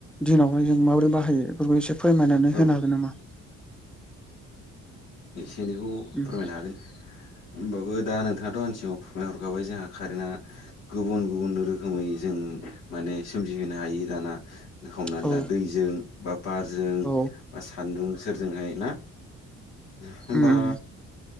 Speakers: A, in the centre; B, on the left.
A: दिनावहाय जों माबोरै बाहायो बेफोरखौ एसे फोरमायनानै
B: औ
A: होनो हागोन नामा?
B: बिनिखौ
A: उम
B: फोरमायनो हागोन होमबावो दा नोंथाङाथ' आं सिव फुरमाय हरखाबाय जोंहा कारेन्टआ गुबुन गुबुन रोखोमै जों माने सोमजिहोनो हायो दाना हमनानै
A: औ
B: ला दैजों बा बारजों
A: औ
B: बा सान्दुं सोरजोंहाय ना होमबा
A: उम उम